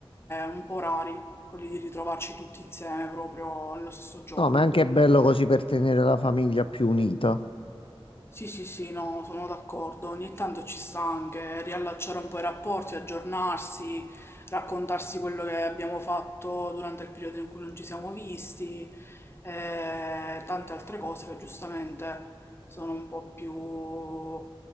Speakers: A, on the left (about 25°); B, on the left (about 70°).
A: un po' rari, quelli di ritrovarci tutti insieme proprio nello stesso giorno,
B: No, ma è anche
A: quindi
B: bello così per tenere la famiglia più unita.
A: Sì, sì, sì, no, sono d'accordo. Ogni tanto ci sta anche riallacciare un po' i rapporti, aggiornarsi, raccontarsi quello che abbiamo fatto durante il periodo in cui non ci siamo visti, e tante altre cose che giustamente sono un po' più